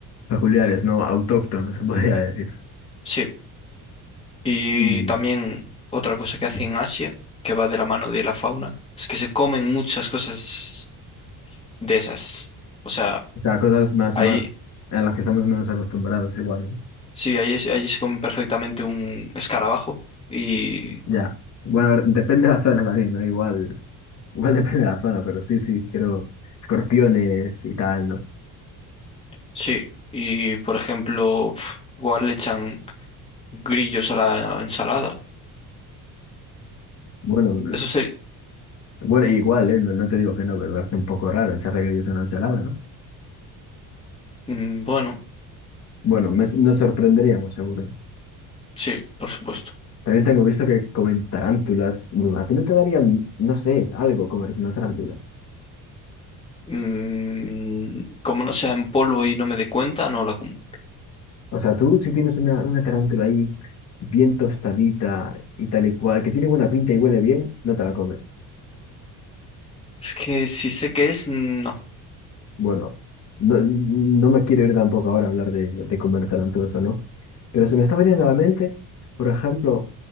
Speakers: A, on the left; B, on the left.
A: peculiares, ¿no? Autóctonos, se <laughs> podría decir.
B: Sí, y
A: Mm.
B: también otra cosa que hace en Asia, que va de la mano de la fauna, es que se comen muchas cosas de esas. O sea,
A: O sea, cosas más,
B: ahí,
A: más a las que estamos menos acostumbrados igual, ¿no?
B: sí, ahí, es- ahí se come perfectamente un escarabajo y
A: Ya. Bueno, a ver, depende de la zona también, ¿no? Igual, igual <laughs> depende de la zona, pero sí, sí, quiero escorpiones y tal, ¿no?
B: sí, y por ejemplo, pf, igual le echan grillos a la ensalada.
A: Bueno,
B: Eso sería,
A: <laughs> bueno, igual, ¿eh? No, no te digo que no, pero me parece un poco raro echarle grillos a una ensalada, ¿no?
B: mm, bueno.
A: Bueno, me- nos sorprenderíamos, seguro.
B: Sí, por supuesto.
A: También tengo visto que comen tarántulas. Mm, A ti no te daría, m- no sé, algo comerte una tarántula.
B: Mm, como no sea en polvo y no me dé cuenta, no la como.
A: O sea, tú si tienes una, una tarántula ahí bien tostadita y tal y cual, que tiene buena pinta y huele bien, no te la comes.
B: Es que si sé qué es, mm, no.
A: Bueno, no, no me quiero ir tampoco ahora a hablar de, de comer tarántulas o no, pero se me está veniendo a la mente, por ejemplo,